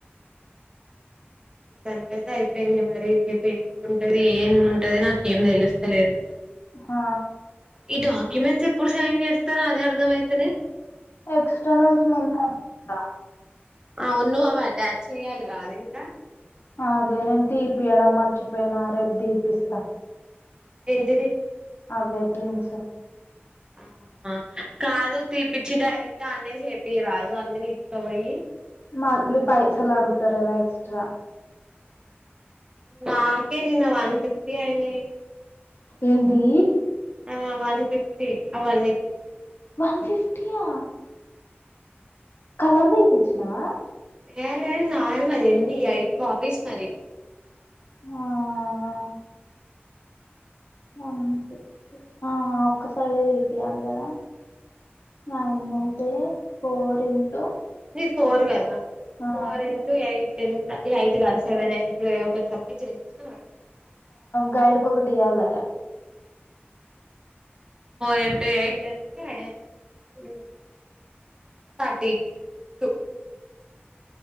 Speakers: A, on the right; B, on the left.
A: దానికైతే అయిపోయింది మరి <inaudible> ఏం ఉంటది ఏం ఉంటది నాకేం తెలుస్తలేదు
B: హ
A: ఈ డాక్యుమెంట్స్ ఎప్పుడు సైన్ చేస్తారో అదే అర్ధం అయితలే
B: ఎక్స్టర్నల్స్ ముంద <unintelligible>
A: అవును అవటాచ్చెయ్యాలి కాదింకా
B: అదే నేన్ తీపియడం మర్చిపోయినా రేపు తీపిస్తా
A: ఏంటిది
B: అవే ప్రిన్స్
A: ఆహా కాదు తీపిచ్చి డైరెక్ట్ అన్నే చేపిరాదు అన్ని తీస్కపోయి
B: మళ్ళీ పైసలు ఆడుగుతారేమో ఎక్స్ట్రా
A: నాకే నిన్న వన్ ఫిఫ్టీ అయినియ్
B: ఏందీ
A: ఆ వన్ ఫిఫ్టీ అవన్నీటికి
B: వన్ ఫిఫ్టీయా కలర్ తీపిచ్చినవా
A: ఏ లేదు నార్మల్ ఎన్ని ఐదు కాపీస్ మరి
B: హ హ వన్ ఫిఫ్టీ ఆ ఒక్క సైడే తీపియ్యాలి కదా నావి ఎన్ని అయిత ఫోర్ ఇంటూ
A: ఫోర్ కదా
B: ఆ
A: ఫోర్ ఇన్ టూ ఎయిట్ ఎంత ఎయిట్ కాదు సేవనే క ఒక <unintelligible>
B: గైడ్ కి ఒకటి ఇయ్యాలట
A: ఫోర్ ఇన్ టూ అయిట్ అంటే హు thirty two